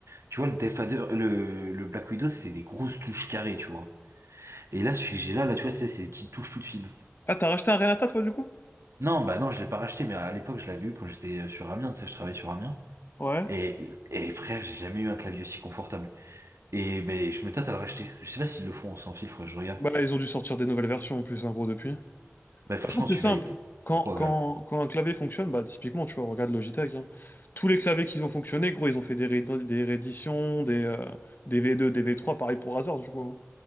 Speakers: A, on the right (about 80°); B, on the left (about 45°).
A: tu vois, le Death Adder- le, le Black Widow, c'est des grosses touches carrées, tu vois. Et là, celui que j'ai là, là, tu vois, c'est c'est des petites touches toutes fines.
B: Ah, t'as racheté un Renata, toi, du coup?
A: Non, bah non, je l'ai pas racheté, mais à l'époque, je l'avais eu quand j'étais euh, sur Amiens, tu sais, je travaillais sur Amiens.
B: Ouais.
A: Et, et frère, j'ai jamais eu un clavier aussi confortable. Et ben, je me tâte à le racheter. Je sais pas s'ils le font en sans fil, faudrait que je regarde.
B: Bah, ils ont dû sortir des nouvelles versions en plus, en gros, depuis. De toute
A: Bah, franchement,
B: façon, c'est
A: celui-là,
B: simple.
A: il était
B: Quand,
A: trop
B: quand,
A: agréable.
B: quand un clavier fonctionne, bah, typiquement, tu vois, regarde Logitech. hein. Tous les claviers qu'ils ont fonctionné, gros, ils ont fait des, ré- des rééditions, des, euh, des V2, des V3, pareil pour Razer, du coup. hein.